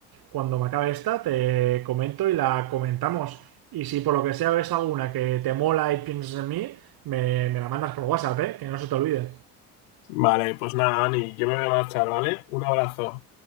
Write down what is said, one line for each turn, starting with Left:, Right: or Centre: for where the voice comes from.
Right: cuando me acabe esta te comento y la comentamos. Y si por lo que sea ves alguna que te mola y piensas en mí, me, me la mandas por WhatsApp, ¿eh? Que no se te olvide.
Left: Vale, pues nada, Dani, yo me voy a marchar, ¿vale? Un abrazo.